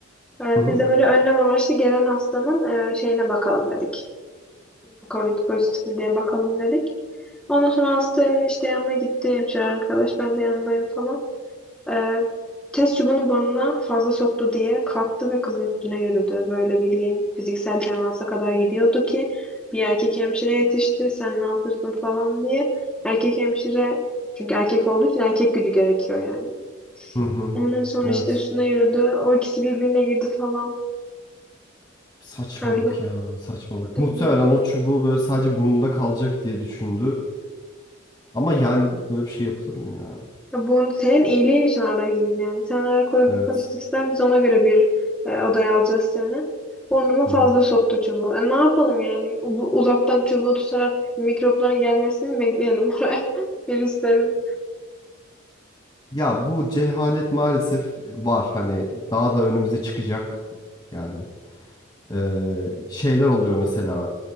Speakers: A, in the centre; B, on the left (about 20°).
A: E,
B: hı hı.
A: Biz de böyle önlem amaçlı gelen hastanın e, şeyine bakalım dedik. Covid pozitif mi diye bakalım dedik. Ondan sonra hastanın işte yanına gitti hemşire arkadaş. Ben de yanındayım falan. Ee, test çubuğunu burnuna fazla soktu diye kalktı ve kızın üstüne yürüdü. Böyle bildiğin fiziksel temasa kadar gidiyordu ki bir erkek hemşire yetişti. Sen ne yapıyorsun falan diye. Erkek hemşire çünkü erkek olduğu için erkek gücü gerekiyor yani.
B: hı hı.
A: Ondan sonra
B: Evet.
A: işte üstüne yürüdü. O ikisi birbirine girdi falan.
B: Saçmalık
A: Öyle
B: ya, saçmalık.
A: bir
B: Muhtemelen
A: durum oldu.
B: o çubuğu böyle sadece burnunda kalacak diye düşündü. Ama yani böyle bir şey yapılır mı ya?
A: Ya Bu senin iyiliğin için aradayız biz yani. Sen eğer ko-
B: Evet.
A: pozitifsen biz ona göre bir e, odaya alacağız seni. Burnuma
B: Hı
A: fazla
B: hı.
A: soktu çubuğu. E, ne yapalım yani? U- Bu, uzaktan çubuğu tutarak mikropların gelmesini mi bekleyelim oraya? <laughs> Virüslerin.
B: Ya bu cehalet maalesef var. Hani daha da önümüze çıkacak. Yani eee, şeyler oluyor mesela